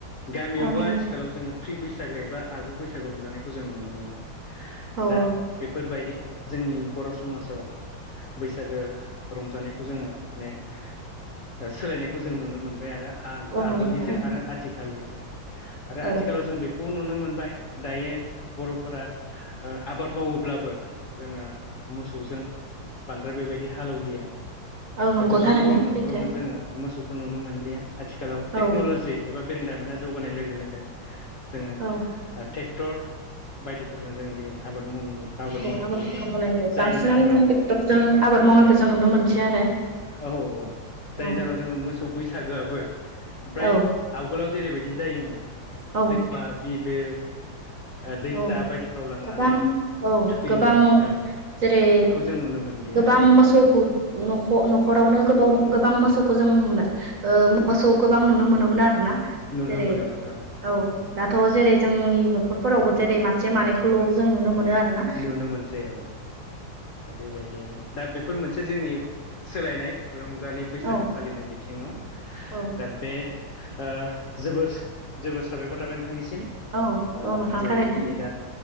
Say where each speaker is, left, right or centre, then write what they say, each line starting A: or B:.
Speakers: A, on the left; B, on the right.
A: गामियावबो
B: औ नंगौ
A: आथिखालाव जोङो फ्रि बैसागो एबा आगु बैसागो रंजानायखौ जों नुनो मोनो।
B: औ
A: दा
B: औ
A: बेफोरबायदि जोंनि बर' समाजआव बैसागो रंजानायखौ जोङो माने ओ सोलायनायखौ जों नुनो मोनबाय आरो आ
B: औ
A: आगोलनिजों
B: नंगौ थारैनो
A: आरो आथिखालनिजों आरो आथिखालाव
B: औ
A: जों बे खौ नुनो मोनबाय दायो बर'फोरा ओ आबाद मावोब्लाबो जोङो मोसौजों बांद्राय बेबायदि हालेवलिया।
B: औ नंगौ
A: गोबां
B: थारैनो
A: बर'नि नखरावनो
B: सैथो
A: जोङो मोसौ खौ नुनो मोनलिया आथिखालाव टेक्न'लजि
B: औ
A: एबा बेरोंदामिना जौगानाय लोगो लोगो जोङो
B: औ
A: ट्रेक्टर बायदि फोरजों जों दिनै आबाद माव आबाद मावनायखौ
B: आबादफोरखौ
A: नुुबाय
B: मावनाय जायो
A: जायनि
B: बांसिनानो
A: जाहोनाव
B: जों ट्रेक्टरजों आबाद मावनायखौ जों नुनो मोनसै आरो
A: औ औ जायनि
B: औ
A: जाहोनाव जोङो मोसौ बैसागोआबो ओमफ्राय
B: औ
A: आवगोलाव जेरैबायदि जायोमोन
B: औ
A: दैमा बिलो ओ दैसा
B: औ
A: बायदिफ्राव लांनानै
B: गोबां औ
A: थुखैनाय
B: गोबां
A: औ
B: जेरै
A: बेखौ जों नुनो मोनलिया
B: गोबां
A: आरो
B: मोसौखौ न'ख'- नखरावनो गोबाव गोबां मोसौखौ जों नुनो ओ मोसौ गोबां नुनो मोनोमोन आरो ना।
A: नुनो
B: जेरै
A: मोनोमोन
B: औ दाथ' जेरै जोंनि न'खर फोरावबो जेरै मासे मानैखौल' जों नुनो मोनो आरो ना।
A: नुनो मोनसै औ दा बेबायदियानो दा बेफोर मोनसे जोंनि सोलायनाय रंजालि बैसागो
B: औ
A: फालिनाय बिथिङाव।
B: औ
A: दा बे ओह जोबोर जोबोर साबायखर थाबाय नोंथांनिसिम।
B: औ
A: दा ओ
B: औ नोंथां
A: जेरैबायदि
B: थारैनो
A: दा